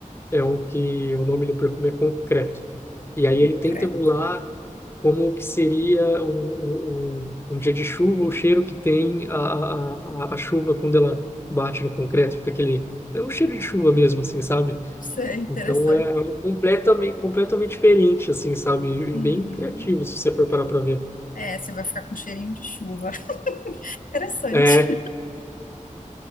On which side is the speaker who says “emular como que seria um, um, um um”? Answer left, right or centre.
Left